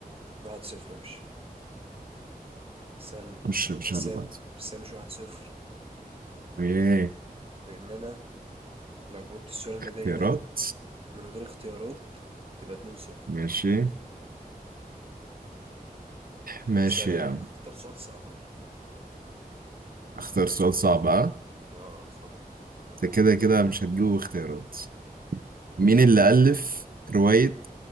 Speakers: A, on the right; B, on the right.
A: واحد صفر يا باشا سألني
B: خش يا باشا
A: بس
B: اللي
A: هي
B: بعده
A: بس هي مش واحد صفر
B: ايه
A: لأن أنا لو جاوبت السؤال اللي
B: اختيارات
A: جاي ده من غير اختيارات يبقى 2-0
B: ماشي ماشي
A: سألني
B: يا
A: بقى
B: عم
A: اختار سؤال صعب بقى
B: اختار سؤال صعب اه
A: اه اتفضل
B: انت كده كده مش هتجيبه اختيارات
A: ماشي
B: مين اللي ألف رواية